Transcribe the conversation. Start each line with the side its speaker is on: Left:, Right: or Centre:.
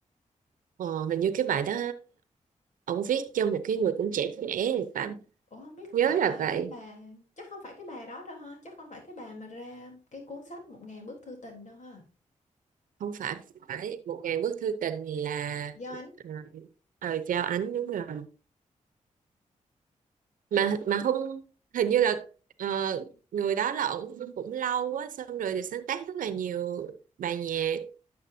Right: ờ, hình như cái bài đó ông viết cho một cái người cũng trẻ trẻ thì phải
Left: Ủa không biết
Right: nhớ
Left: phải là
Right: là vậy
Left: cái bà chắc không phải cái bà đó đâu ha chắc không phải cái bà mà ra cái cuốn sách một ngàn bức thư tình đâu ha
Right: không phải phải một ngàn bức thư tình là
Left: Giao Ánh
Right: à, ờ Giao Ánh đúng rồi mà mà không hình như là ờ, người đó là ổng cũng lâu quá xong rồi thì sáng tác rất là nhiều bài nhạc